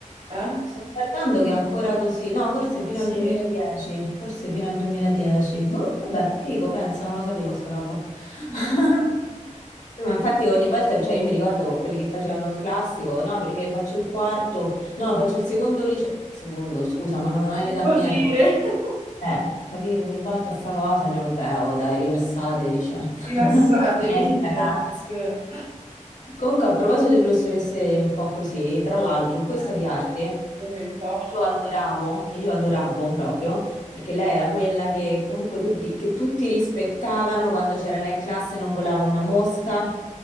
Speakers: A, on the right; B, on the left.
A: Eh? Ah,
B: Sto guardando che è ancora così. No, forse fino
A: sì?
B: al 2010, forse fino al 2010. Boh, vabbè, figo, pensa, non lo sapevo sta roba.
A: Mhm.
B: <laughs> No, Ma infatti ogni volta, cioè io mi ricordo quelli che facevano il classico, no, perché faccio il quarto, no, faccio il secondo liceo, secondo, scusa, ma non hai
A: Che
B: l'età
A: vuol
B: mia,
A: dire?
B: tipo,
A: <laughs>
B: eh, capito, ogni volta sta cosa, e noi vabbè, oh dai, rilassatevi, cioè,
A: Rilassatevi,
B: <laughs> non c'è niente, ragazzi.
A: addirittura.
B: Comunque, a proposito di professoresse un po' così, tra l'altro, questa
A: Eh,
B: di arte
A: dimmi un po'.
B: io adoravo, che io adoravo proprio, perché lei era quella che comunque tutti, che tutti rispettavano quando c'era lei in classe, non volava una mosca,